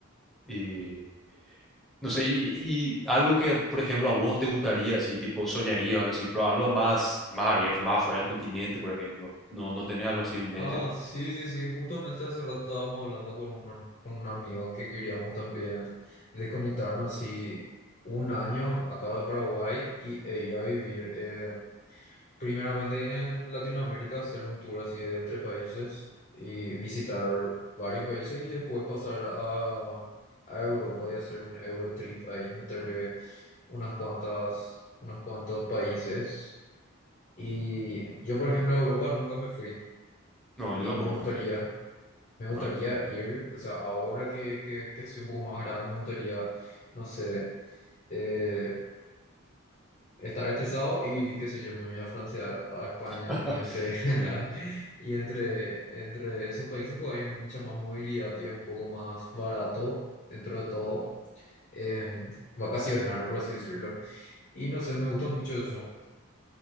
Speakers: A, in the centre; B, on the left.
A: Y no sé, y, y, algo que, por ejemplo, a vos te gustaría, así, tipo, soñaría o algo así, pero algo más, más abierto, más afuera del continente, por ejemplo. No, no tenés algo así en mente.
B: Ah, sí, sí, sí, justamente hace rato estábamos hablando con un, con un amigo que queríamos también desconectarnos así un año acá de Paraguay y, e ir a vivir eh, primeramente en Latinoamérica, hacer un tour así de entre países y visitar varios países y después pasar a, a Europa y hacer un Eurotrip ahí, meterle unas cuantas, unos cuantos países. Y yo, por ejemplo, a Europa nunca me fui
A: No,
B: y
A: yo tampoco,
B: me gustaría.
A: no.
B: Me gustaría
A: no, yo no.
B: ir, o sea, ahora que, que, que soy un poco más grande, me gustaría, no sé, eh, estar estresado y qué sé yo, me voy a Francia, a España
A: <laughs>
B: y entre, <laughs>
A: sí.
B: y entre, entre esos países pues hay mucha más movilidad y es un poco más barato dentro de todo, eh, vacacionar, por así decirlo. Y no sé, me gusta mucho eso.